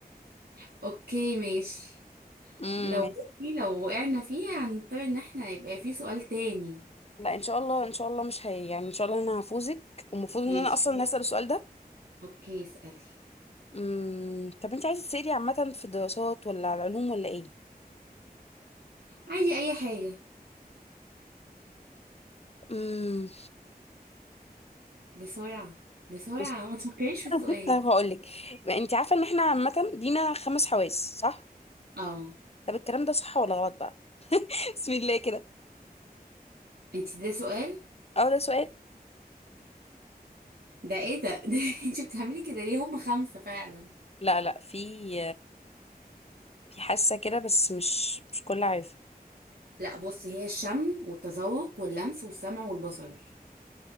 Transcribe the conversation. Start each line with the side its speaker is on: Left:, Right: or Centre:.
Right: <laughs> اوكي ماشي
Left: امم
Right: لو
Left: ماشي
Right: بصي لو وقعنا فيها هنضطر ان احنا يبقى في سؤال تاني
Left: لا ان شاء الله ان شاء الله مش هي يعني ان شاء الله انا هفوزك والمفروض ان
Right: ماشي
Left: انا اصلا اللي هسأل السؤال ده
Right: اوكي اسألي
Left: امم طب انت عايزه تسألي عامه في الدراسات ولا على العلوم ولا ايه
Right: عادي اي حاجة
Left: امم
Right: بسرعة بسرعة
Left: بص
Right: ما تفكريش في
Left: <laughs>
Right: السؤال
Left: طب هقول لك انت عارفه ان احنا عامه لينا خمس حواس صح
Right: اه
Left: طب الكلام ده صح ولا غلط بقى <laughs> بسم الله كده
Right: انت ده سؤال
Left: اه ده سؤال
Right: ده ايه ده, <laughs> ده انت بتعملي كده ليه هم خمسة فعلا
Left: لا لا في في حاسه كده بس مش مش كل عارف
Right: لا بصي هي الشم والتذوق واللمس والسمع والبصر